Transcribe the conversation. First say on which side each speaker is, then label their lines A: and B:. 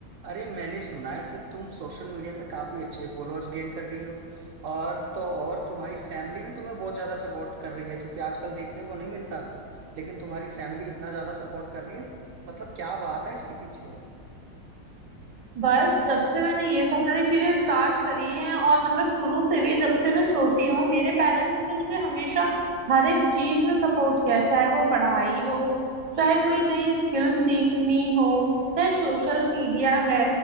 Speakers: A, on the right; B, on the right.
A: अरे मैंने सुना है कि तुम सोशल मीडिया पे काफी अच्छे फॉलोअर्स गेन कर गई हो और तो और तुम्हारी फैमिली भी तुम्हें बहुत ज्यादा सपोर्ट कर रही है क्योंकि आजकल देखने को नहीं मिलता लेकिन तुम्हारी फैमिली इतना ज्यादा सपोर्ट कर रही है मतलब क्या बात है इसके पीछे
B: बस जब से मैंने ये सारी चीजें स्टार्ट करी हैं और मतलब शुरू से भी जब से मैं छोटी हूँ मेरे पेरेंट्स ने मुझे हमेशा हर एक चीज में सपोर्ट किया चाहे वो पढ़ाई हो चाहे कोई नई स्किल सीखनी हो चाहे सोशल मीडिया है